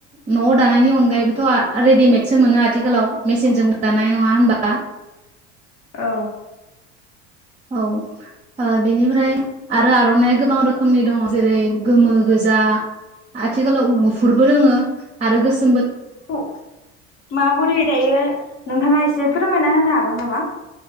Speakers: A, on the right (about 20°); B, on the left (about 50°).
A: न'आव दा नायनि अनगायैबोथ' रेदिमेदसो मोनो आथिखालाव मेसिनजों दानाय नङा होमबा?
B: औ।
A: औ ओ बेनिफ्राय आरो आर'नाइआ गोबां रोखोमनि दङ जेरै गोमो, गोजा आथिखालाव गुफुरबो दोङो आरो गोसो
B: खौ माबोरै दायो नोंथाङा एसे फोरमायना होनो हागोन नामा?